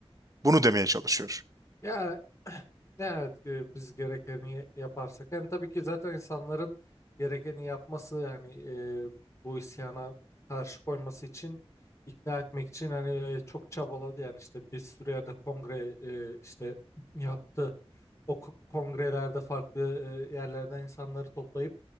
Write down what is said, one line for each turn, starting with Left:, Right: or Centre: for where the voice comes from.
Right: Bunu demeye çalışıyor.
Left: Ya <clears throat> evet e, biz gerekeni yaparsak yani tabii ki zaten insanların gerekeni yapması yani e, bu isyana karşı koyması için ikna etmek için hani e, çok çabaladı yani işte bir sürü yerde kongre e, işte yaptı. O ko- kongrelerde farklı e, yerlerden insanları toplayıp